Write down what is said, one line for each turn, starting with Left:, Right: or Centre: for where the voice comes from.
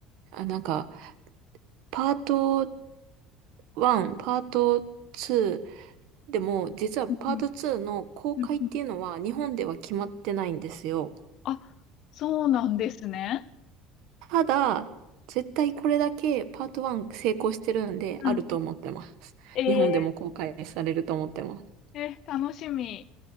Right: あ、なんか、パート1、パート2、でも、実はパート2の公開っていうのは日本では決まってないんですよ。
Left: うんうんうんあ、そうなんですね。
Right: ただ、絶対これだけパート1成功してるんで、
Left: うん。
Right: あると思ってます。
Left: え
Right: 日本でも公開されると思ってます。
Left: ー、え、楽しみ。